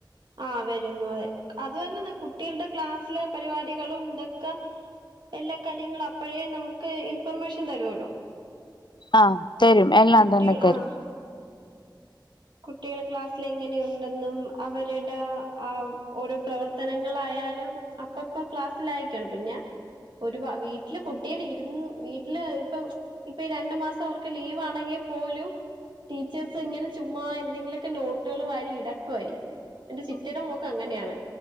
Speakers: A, on the right; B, on the left.
A: ആഹ് വരുന്നു അതെ അതുപലെന്നെ കുട്ടികളുടെ ക്ലാസ്സിലെ പരിപാടികളും ഇതൊക്കെ എല്ലാ കാര്യങ്ങളും അപ്പോഴേ നമുക്ക് ഇൻഫർമേഷൻ തരുമല്ലോ
B: ആഹ് തരും എല്ലാം
A: കുട്ടികൾ
B: തന്നെ തരും
A: ആ കുട്ടികൾ ക്ലാസ്സിൽ എങ്ങനെയുണ്ടെന്നും അവരുടെ ആ ഓരോ പ്രവർത്തനങ്ങളായാലും അപ്പപ്പ ക്ലാസ്സിലായിക്കാണ് പിന്നെ ഒരുപാ വീട്ടില് കുട്ടികൾ ഇരുന്ന് വീട്ടില് ഇപ്പം ഇപ്പ ഈ രണ്ടു മാസം അവർക്ക് ലീവ് ആണെങ്കിൽ പോലും ടീച്ചേഴ്സ് ഇങ്ങനെ ചുമ്മാ എന്തെങ്കിലുമൊക്കെ നോട്ടുകൾ വാരി ഇടക്കായിരിക്കും എന്റെ ചിറ്റയുടെ മോക്ക് അങ്ങനെയാണ്